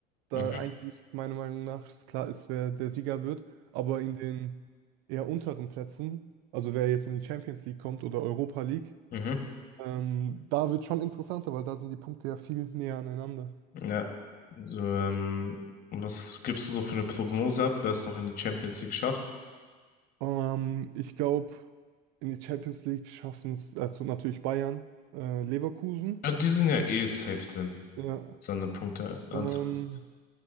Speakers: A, on the right; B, on the left.
A: da
B: Mhm.
A: eigentlich meiner Meinung nach es klar ist, wer der Sieger wird, aber in den eher unteren Plätzen, also wer jetzt in die Champions League kommt oder Europa League,
B: Mhm.
A: ähm, da wird schon interessanter, weil da sind die Punkte ja viel näher aneinander.
B: Ja. so, Ähm, was gibst du so für eine Prognose ab, wer es noch in die Champions League schafft?
A: Ähm, ich glaube, in die Champions League schaffen es also natürlich Bayern, äh, Leverkusen.
B: Ja, die sind ja eh safe drin,
A: Ja.
B: als an den Punkte Antrag
A: Ähm,
B: sind.